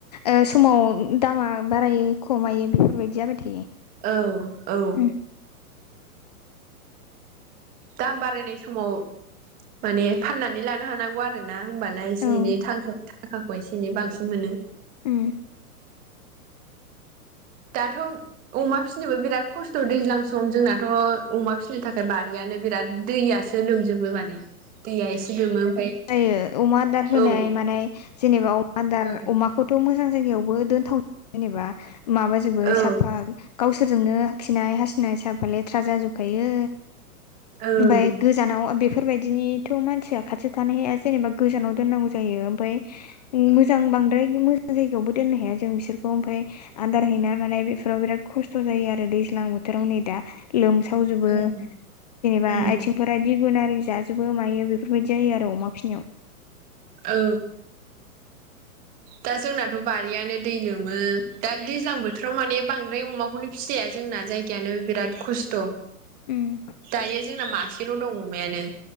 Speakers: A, on the left; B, on the right.
A: ओ समाव दामा बारायो खमायो बेफोरबायदि जाबाय थायो
B: औ औ
A: उम
B: दाम बारायनाय‌ समाव माने फाननानै‌ लानो हानांगौ आरो आरोना होनबाना एसे
A: औ
B: एनै थां थाखाखौ एसे एनै बांसिन मोनो
A: उ
B: दाथ' अमा फिसिनोबो बिराद खस्थ' दैज्लां सम जोंनाथ' अमा फिसिनो थाखाय बारियानो बिराद दैयासो लोमजोबो माने दैया एसे लोमो ओमफ्राय
A: ओ अमा आदार होनाय
B: औ
A: मानाय जेनेबा अमा आदार
B: औ
A: अमा खौथ' मोजां जायगायावबो दोनथाव जेनेबा माबाजोबो
B: औ ओं
A: साफा गावसोरजोंनो खिनाय हाासुनाय साफा लेथ्रा जाजोबखायो
B: औ
A: ओमफ्राय गोजानाव बेफोरबायदिनिथ' मानसिया खाथियाव थानो हाया जेनेबा गोजानाव दोननांगौ जायो ओमफ्राय मोजां बांद्राय मोजां जायगायावबो दोननो हाया जों बिसोरखौ ओमफ्राय आदार हैनाय मानाय बेफोराव बिराद खस्थ' जायो आरो दैज्लां बोथोराव नै दा लोमसावजोबो
B: ओं
A: जेनेबा
B: ओं
A: आथिंफोरा दिगुन आरि जाजोबो मायो बेफोरबायदि जायो आरो अमा फिनायाव
B: औ दा जोंनाथ' बारियानो दै लोमो दा दैज्लां बोथोराव माने बांद्राय अमाखौनो फिसिजाया जोंना जायगायानो बिराद खस्थ'
A: उम
B: दायो जोंना मासेल' दङ अमायानो